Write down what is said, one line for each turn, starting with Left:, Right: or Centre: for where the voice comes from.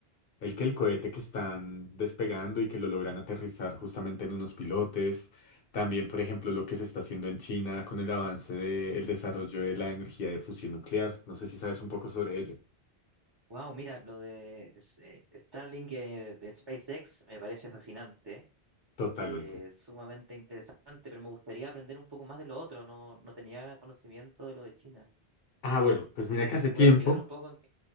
Left: el que el cohete que están despegando y que lo logran aterrizar justamente en unos pilotes. También, por ejemplo, lo que se está haciendo en China con el avance del desarrollo de la energía de fusión nuclear. No sé si sabes un poco sobre ello.
Right: Wow, mira, lo de S- eh, Starlink eh, de SpaceX me parece fascinante,
Left: Totalmente.
Right: eh, sumamente interesante, pero me gustaría aprender un poco más de lo otro. No, no tenía conocimiento de lo de China.
Left: Ah, bueno, pues
Right: Eh,
Left: mira que
Right: si
Left: hace
Right: me
Left: tiempo.
Right: puedes explicar un poco en qué-